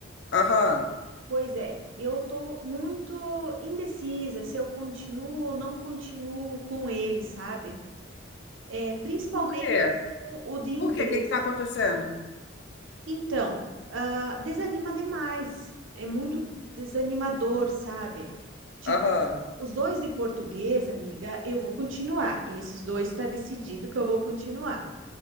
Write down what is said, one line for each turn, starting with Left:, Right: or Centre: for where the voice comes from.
Left: Aham.
Right: Pois é, eu tô muito indecisa se eu continuo ou não continuo com ele, sabe? É, principalmente
Left: Por quê? Por
Right: com o de inglês.
Left: quê? O que que tá acontecendo?
Right: Então, ah, desanima demais. É muito desanimador, sabe? Tipo,
Left: Aham,
Right: os dois de português, amiga, eu vou continuar. Esses dois está decidido que eu vou continuar.